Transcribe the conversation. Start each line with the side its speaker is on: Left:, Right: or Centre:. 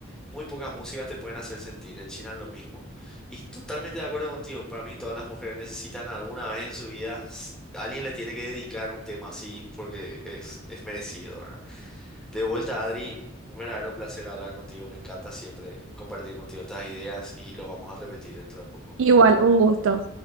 Centre: muy pocas músicas te pueden hacer sentir. Ed Sheeran lo mismo. Y totalmente de acuerdo contigo. Para mí todas las mujeres necesitan alguna vez en su vida, s- alguien le tiene que dedicar un tema así porque es, es merecido, ¿verdad? De vuelta, Adri, un verdadero placer hablar contigo. Me encanta siempre compartir contigo estas ideas y lo vamos a repetir dentro de poco, ¿ok?
Right: Igual, un gusto.